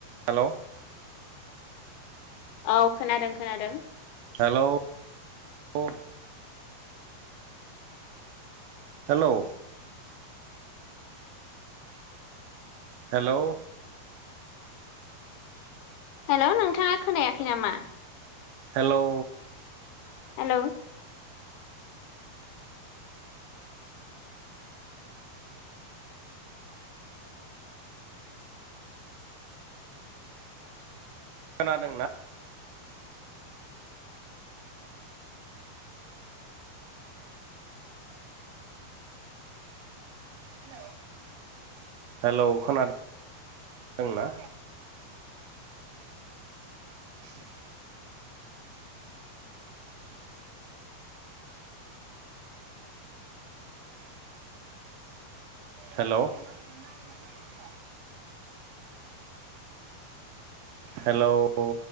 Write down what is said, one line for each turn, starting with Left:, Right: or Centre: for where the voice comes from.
Right: हेलौ
Left: औ खोनादों खोनादों
Right: हेलौ औ हेलौ हेलौ
Left: हेलौ नोंथाङा खोनायाखैनामा।
Right: हेलौ
Left: हेलौ
Right: खोनादोंना? हेलौ हेलौ खोनादोंना? <inaudible> Hello hello <unintelligible> hello